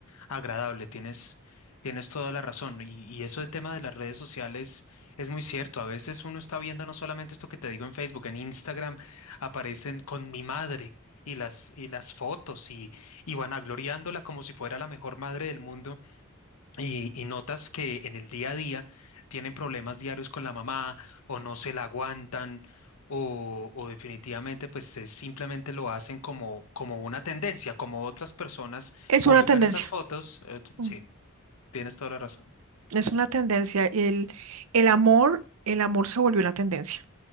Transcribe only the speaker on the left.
agradable. Tienes, tienes toda la razón. Y, y eso del tema de las redes sociales es muy cierto. A veces uno está viendo no solamente esto que te digo en Facebook, en Instagram aparecen con mi madre y las, y las fotos y, y vanagloriándola como si fuera la mejor madre del mundo. Y, y notas que en el día a día tienen problemas diarios con la mamá o no se la aguantan o, o definitivamente pues eh, simplemente lo hacen como, como una tendencia, como otras personas
publican
esas fotos. eh, t-
sí, tienes toda la razón.